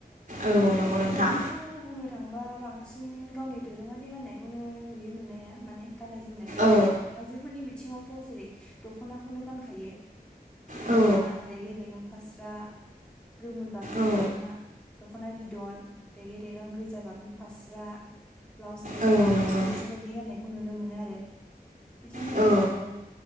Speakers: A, on the right; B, in the centre.
A: औ नंगौ नोंथां
B: ओरैनोथ' बुंनो थांबा बांसिन गावनि दोरोङारि गाननायखौनो नुयो नुनाया माने गाननाय जोमनायखौ
A: औ
B: जेरै आइजोफोरनि बि थिङावथ' जेरै दखनाखौनो गानखायो दखना
A: औ
B: रेगे रेगां फास्रा गोमो गाबनि
A: औ
B: दखना दखना बिदन रेगे रेगां गोजा गाबनि फास्रा ब्लाउस गोजा
A: औ नंगौ
B: बेफोरबायदि गाननाय खौ नुनो मोनो आरो। बिदिनो
A: औ
B: ओ